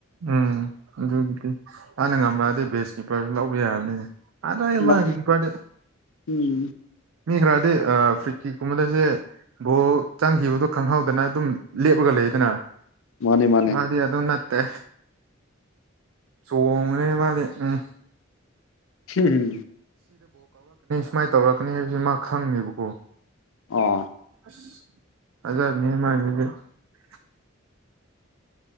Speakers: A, on the right; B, on the left.
A: ꯎꯝ ꯑꯗꯨꯒꯤꯗꯤ ꯍꯥꯟꯅ ꯉꯝꯃꯛꯑꯗꯤ ꯕꯦꯁꯀꯤꯞꯄꯔꯁꯨ ꯂꯧꯕ ꯌꯥꯔꯅꯤ ꯑꯔ
B: ꯃꯥꯅꯤ
A: ꯃꯥꯒ ꯀꯤꯄꯔꯗꯤ
B: ꯎꯝ
A: ꯃꯤ ꯈꯔꯗꯤ ꯑ ꯐꯨꯔꯤꯠꯀꯤ ꯀꯨꯝꯕꯗꯁꯦ ꯕꯣ ꯆꯪꯈꯤꯕꯗꯣ ꯈꯪꯍꯧꯗꯅ ꯑꯗꯨꯝ ꯂꯦꯞꯂꯒ ꯂꯩꯗꯅ
B: ꯃꯥꯅꯦ ꯃꯥꯅꯦ
A: ꯑꯗꯨꯗꯤ ꯑꯗꯨ ꯅꯠꯇꯦ ꯆꯣꯡꯉꯣꯅꯦ ꯃꯥꯅꯦ ꯎꯝ
B: ꯍꯝ ꯍꯨꯝ
A: ꯀꯃꯥꯏꯅ ꯇꯧꯔꯛꯀꯅꯤ ꯍꯥꯏꯕꯁꯤ ꯃꯥ ꯈꯪꯉꯦꯕꯀꯣ
B: ꯑ
A: <unintelligible>